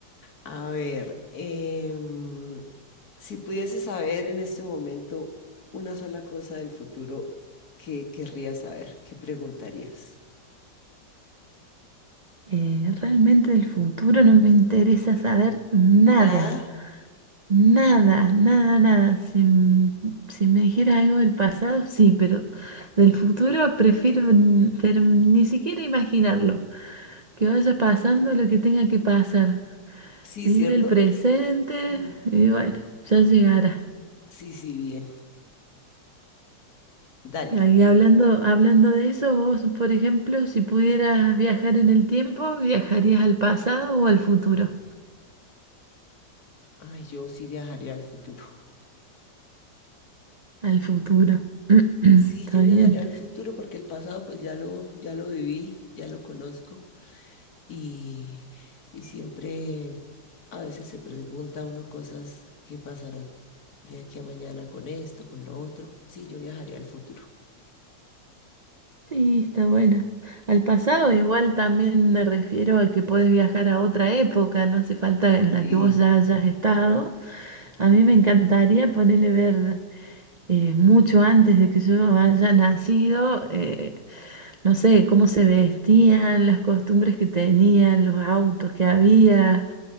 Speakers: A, on the left; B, on the right.
A: A ver, em, si pudiese saber en este momento una sola cosa del futuro, ¿qué querrías saber? ¿Qué preguntarías?
B: Eh, realmente el futuro no me interesa saber nada.
A: Nada.
B: Nada, nada, nada. Si, m- si me dijeras algo del pasado, sí, pero del futuro prefiero n- pero ni siquiera imaginarlo. Que vaya pasando lo que tenga que pasar.
A: Sí,
B: Vivir
A: ¿cierto?
B: el presente
A: Porque sí.
B: y bueno, ya llegará.
A: Sí, sí, bien. Dale.
B: Ahí hablando, hablando de eso, vos, por ejemplo, si pudieras viajar en el tiempo, ¿viajarías al pasado o al futuro?
A: Ay, yo sí viajaría al futuro.
B: Al futuro. <clears throat> Está
A: Sí, yo
B: bien.
A: viajaría al futuro porque el pasado pues ya lo, ya lo viví, ya lo conozco. y, y siempre a veces se pregunta uno cosas que pasará de aquí a mañana con esto, con lo otro. Sí, yo viajaría al futuro.
B: Sí, está bueno. Al pasado igual también me refiero a que podés viajar a otra época, no hace falta en la
A: Sí,
B: que vos ya hayas estado. A mí me encantaría ponerle ver eh, mucho antes de que yo haya nacido, eh, no sé, cómo se vestían, las costumbres que tenían, los autos que había,